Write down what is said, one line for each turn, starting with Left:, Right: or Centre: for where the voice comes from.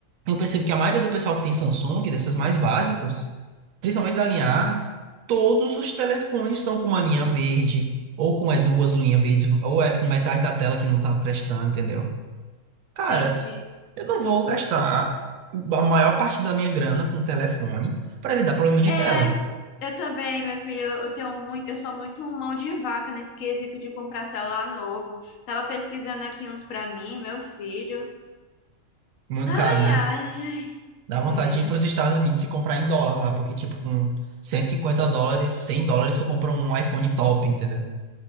Right: eu percebo que a maioria do pessoal que tem Samsung, desses mais básicos, principalmente da linha A, todos os telefones estão com uma linha verde, ou com é duas linhas verdes, ou é com metade da tela que não tá prestando, entendeu? Cara,
Left: Entendi.
Right: eu não vou gastar a maior parte da minha grana com telefone pra ele dar problema de
Left: É,
Right: tela.
Left: eu também, meu filho, eu tenho muito, eu sou muito mão de vaca nesse quesito de comprar celular novo. Tava pesquisando aqui uns pra mim, meu filho.
Right: Muito
Left: Ai,
Right: caro, né?
Left: ai, ai.
Right: Dá vontade
Left: É.
Right: de ir pros Estados Unidos e comprar em dólar lá, porque tipo, com 150 dólares, 100 dólares, tu compra um iPhone top, entendeu?